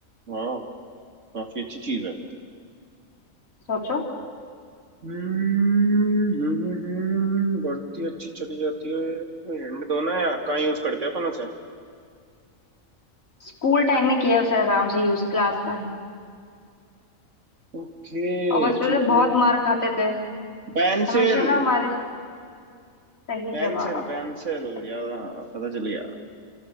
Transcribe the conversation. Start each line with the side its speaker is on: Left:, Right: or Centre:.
Right: वाह काफी अच्छी चीज है
Left: सोचो
Right: हम्म हम्म, हम्म, बढ़ती अच्छी चली जाती है कोई हिंट दो ना यार कहाँ यूज करते हैं अपन उसे
Left: स्कूल टाइम में किया उसे आराम से यूज क्लास में
Right: ओके
Left: और बचपन
Right: ठीक
Left: में बहुत
Right: है
Left: मार खाते थे
Right: पेंसिल
Left: हमेशा ना हमारे सही
Right: पेंसिल
Left: जवाब
Right: पेंसिल
Left: चलो,
Right: यार हाँ, पता चल गया